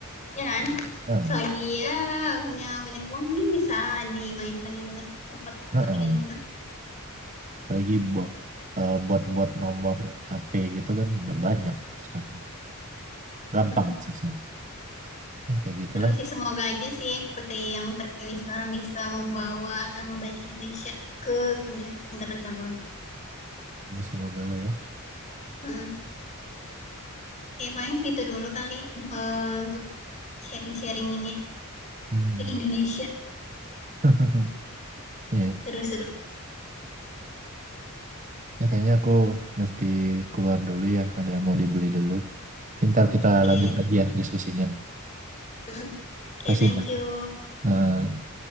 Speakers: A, on the left (about 35°); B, on the right (about 35°).
A: Iya kan
B: ah
A: selagi ya punya banyak uang mungkin bisa dimainkan itu kan empat
B: ah
A: pertandingan
B: ah.
A: itu
B: lagi buat buat buat nomor HP gitu kan udah banyak sekarang gampang
A: Mm.
B: aksesnya ya kayak gitulah
A: terus sih semoga aja sih putri yang terpilih sekarang bisa membawa nama baik Indonesia ke kancah internasional
B: ya, semoga lah ya
A: Mm. Oke, paling segitu dulu kali eh, untuk sharing-sharing ini
B: hmm.
A: ke Indonesia
B: <laughs> iya
A: seru-seru
B: ya kayaknya aku mesti keluar dulu ya ada yang mau dibeli dulu ntar kita
A: Oke,
B: lanjut lagi ya diskusinya
A: Mm. Oke,
B: kasih
A: thank
B: ya
A: you
B: Eh,